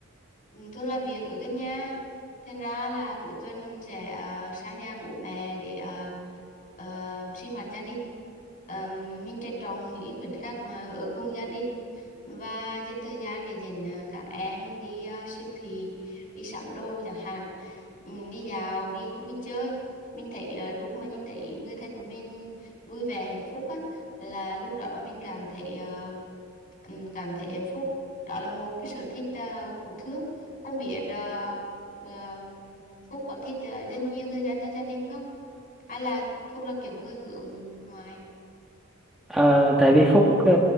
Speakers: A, on the left (about 40°); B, in the centre.
A: thường làm việc ở gần nhà thành ra là cuối tuần sẽ à, sang nhà bố mẹ để à, ờ, sinh hoạt gia đình Ờ, mình trân trọng những khoảnh khắc mà ở cùng gia đình và dành thời gian để dẫn à, các em đi à, siêu thị đi sắm đồ chẳng hạn Ừ, đi dạo đi khu vui chơi mình thấy ờ, lúc mà nhìn thấy người thân của mình vui vẻ hạnh phúc á là lúc đó mình cảm thấy ờ, ừm, cảm thấy hạnh phúc. Đó là một cái sở thích ờ, của Thước. Không biết ờ, ờ, Phúc có thích ờ, dành nhiều thời gian cho gia đình không? Hay là Phúc là kiểu người hướng ngoại?
B: Ờ, tại vì Phúc ờ,